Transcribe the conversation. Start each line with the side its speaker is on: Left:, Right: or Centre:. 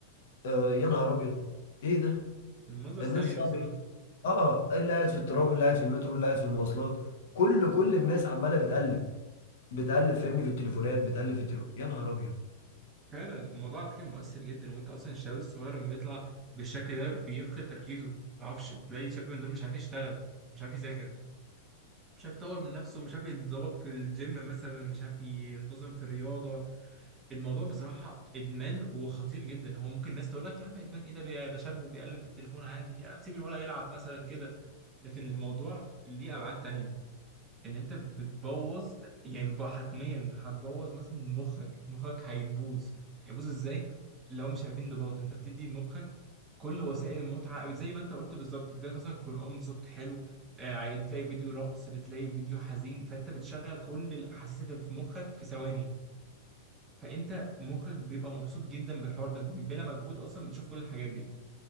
Left: آه يا نهار ابيض ايه ده
Right: المنظر
Left: الناس
Right: سيء
Left: صاحبي
Right: بصراحة
Left: اه اللي قاعد في الترام واللي قاعد في المترو واللي قاعد في المواصلات كل كل الناس عمالة بتقلب بتقلب فاهمني في التليفونات بتقلب في التليفون يا نهار ابيض
Right: فعلا الموضوع على فكرة مؤثر جدا وأنت أصلا الشباب الصغير لما بيطلع بالشكل ده بيفقد تركيزه ما يعرفش تلاقي شاب من دول مش عارف يشتغل مش عارف يذاكر مش عارف يطور من نفسه مش عارف يتظبط في الجيم مثلا مش عارف ينتظم في الرياضة الموضوع بصراحة إدمان وخطير جدا هو ممكن الناس تقول لك يا عم إدمان إيه ده بي- ده شاب وبيقلب في التليفون عادي يعني سيب الولد يلعب مثلا كده لكن الموضوع ليه ابعاد تانية ان انت بتبوظ يعني بتبقى حتميا هتبوظ مثلا مخك مخك هيبوظ هيبوظ ازاي لو مش عارفين انضباط انت بتدي لمخك كل وسائل المتعه زي ما انت قلت بالظبط فيديوهات مثلا قران بصوت حلو آه، بتلاقي فيديو رقص بتلاقي فيديو حزين فانت بتشغل كل الاحاسيس اللي في مخك في ثواني فانت مخك بيبقى مبسوط جدا بالحوار ده بلا مجهود اصلا بتشوف كل الحاجات دي